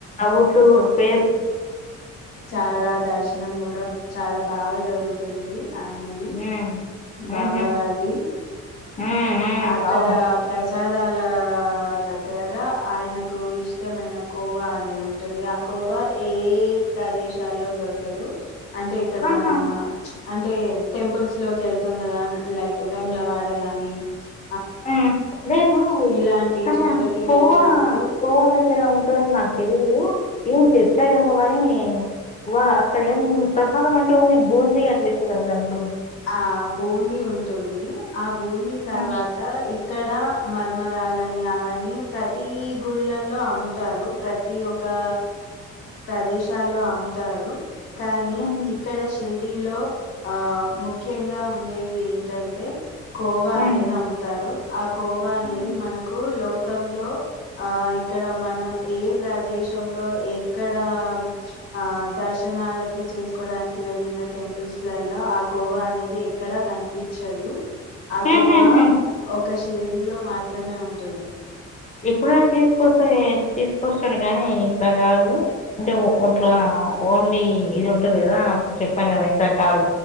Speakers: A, on the left (about 25°); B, on the left (about 80°).
A: అవుతూ పే
B: చాలా దర్శనం కూడా చాలా బాగా జరుగుతు అవుతుంది ఆయనది
A: హ్మ్. హుహు.
B: బాబా గారిది
A: హ్మ్. హ్మ్.
B: అక్కడ
A: అవును.
B: ప్రసాద్ విదాల దగ్గర ఆయనకు ఇష్టమైన కోవా అనేది ఉంటుంది ఆ కోవా ఏ ప్రదేశాల్లో దొరకదు అంటే ఇక్కడ
A: ఆహా!
B: మనము అంటే టెంపుల్స్ లోకి ఎళ్తాం కదా లైక్ వేములవాడ గానీ అ
A: ఆ నేను
B: ఇలాంటి
A: కానీ
B: చోట్లకి
A: కోవా
B: వెళ్ళినప్పుడు
A: గోవా దగ్గర ఉంటదని నాకు తెలీదు ఏం తెచ్చారేమో కానీ వా అక్కడ ఏం ప్రసాదం అంటే ఉంది బూందీ అట్లతేల బూ
B: ఆ బూందీ ఉంటుంది ఆ బూందీ
A: హుహు.
B: తర్వాత ఇక్కడ మరమరాలని అవని ప్రతి గుళ్ళల్లో అమ్ముతారు ప్రతి ఒకా ప్రదేశాల్లో అమ్ముతారు కానీ
A: హుహు.
B: ఇక్కడ షేట్ కిలో ఆ ము ముఖ్యంగా ఉంది ఉండేది ఏంటంటే కోవా
A: హ్మ్.
B: అనేది అమ్ముతారు అగ్ కోవా అనేది
A: హుహు.
B: మనకు లో కంలో ఆ ఇక్కడ మనం ఏ ప్రదేశంలో ఎక్కడ ఆ దర్శనాలకి చేసుకోవడానికి వెళ్ళిన టెంపుల్స్ లల్లో గోవా ఎక్కడా కనిపిచ్చదు ఆ
A: హుహుహు.
B: కోవా ఒక షిరిడిలో మాత్రమే ఉంటుంది
A: ఎప్పుడ తీసుకొస్తా తీసుకొస్తాడు గాని ఇట్లా కాదు అంటే
B: ఉమ్
A: ఒట్లా ఓన్లీ ఇది ఉంటది కదా అప్పు చెప్పను కదా ఇంత కా